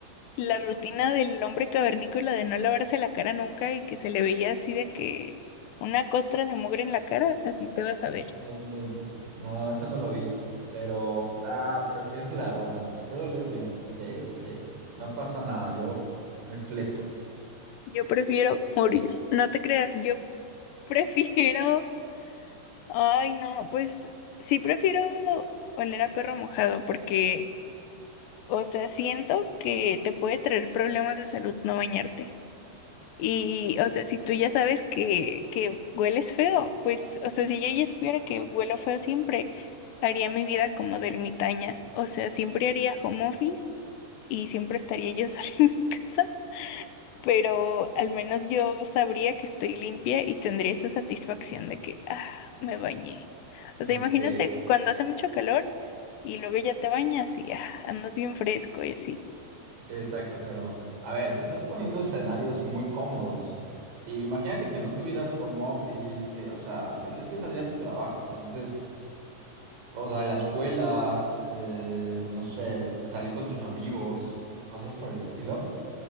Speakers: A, on the left; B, on the right.
A: La rutina del hombre cavernícola de no lavarse la cara nunca y que se le veía así de que una costra de mugre en la cara, así te vas a ver.
B: No inventes. No, esa no la vi. Pero, ah, prefiero el aroma. Prefiero oler bien. Sí, sí, sí. No pasa nada. Yo me fleto.
A: Yo prefiero morir. No te creas, yo <laughs> prefiero. Ay, no, pues sí prefiero oler a perro mojado porque, o sea, siento que te puede traer problemas de salud no bañarte. Y, o sea, si tú ya sabes que, que hueles feo, pues, o sea, si yo ya supiera que huelo feo siempre, haría mi vida como de ermitaña. O sea, siempre haría home office y siempre estaría yo sola <laughs> en mi casa, pero al menos yo sabría que estoy limpia y tendría esa satisfacción de que, ah, me bañé. O sea,
B: Ok.
A: imagínate cuando hace mucho calor y luego ya te bañas y ah, andas bien fresco y así.
B: Sí, exacto. Pero, a ver, te estás poniendo escenarios muy cómodos. Y imagínate que no tuvieras home office, que, o sea, tendrías que salir a tu trabajo. Entonces, o sea, la escuela, eh, no sé, salir con tus amigos, cosas por el estilo.